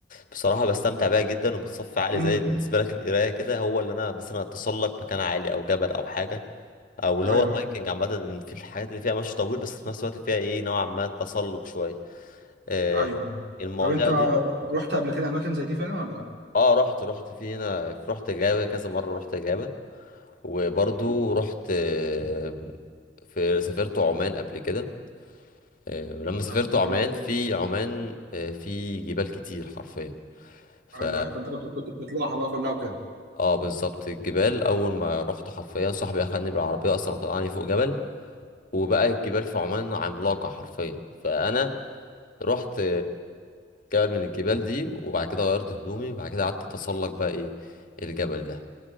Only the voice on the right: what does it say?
امم
ايوه
ايوه
ايوه أيوة.
طب انت
رحت قبل كده اماكن زي دي فعلا ولا لا؟
آه طب
حلو قوي
ايوه ايوه فانت كنت كنت بتطلعها بقى كلها وكده